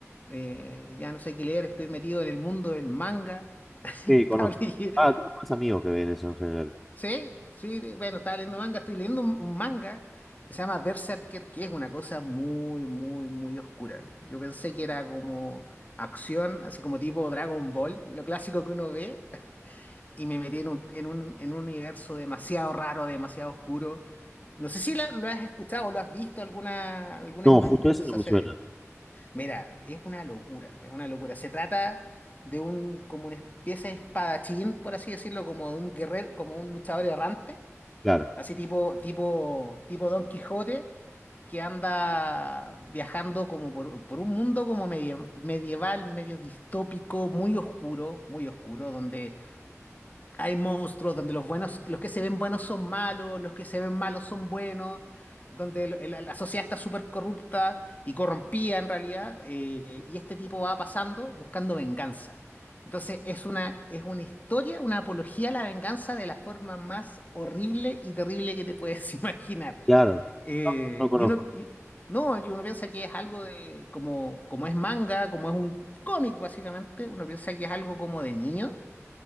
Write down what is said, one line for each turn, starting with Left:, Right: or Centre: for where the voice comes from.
Left: de- ya no sé qué leer, estoy metido en el mundo del manga. <laughs> Estaba
Centre: Sí, conozco.
Left: leyendo,
Centre: Ah, tengo más amigos que ven eso en general.
Left: sí, sí, de- bueno, estaba leyendo manga, estoy leyendo un, un manga que se llama Berserker, que es una cosa muy, muy, muy oscura. Yo pensé que era como acción, así como tipo Dragon Ball, lo clásico que uno ve y me metí en un, en un, en un universo demasiado raro, demasiado oscuro. No sé si la- lo has escuchado o lo has visto alguna, algunas
Centre: No,
Left: imágenes
Centre: justo ese
Left: de esa
Centre: no me
Left: serie.
Centre: suena.
Left: Mira, es una locura, es una locura. Se trata de un, como una especie de espadachín, por así decirlo, como de un guerrero, como un luchador errante,
Centre: Claro,
Left: así tipo, tipo, tipo Don Quijote, que anda viajando como por, por un mundo como medio medieval, medio distópico, muy oscuro, muy oscuro, donde hay monstruos donde los buenos, los que se ven buenos son malos, los que se ven malos son buenos, donde lo- la, la sociedad está súper corrupta y corrompida en realidad, eh, y este tipo va pasando buscando venganza. Entonces es una, es una historia, una apología a la venganza de la forma más horrible y terrible que te puedes <laughs> imaginar.
Centre: claro.
Left: Eh,
Centre: No, no conozco.
Left: y uno, y- no, y uno piensa que es algo de, como, como es manga, como es un cómic básicamente, uno piensa que es algo como de niño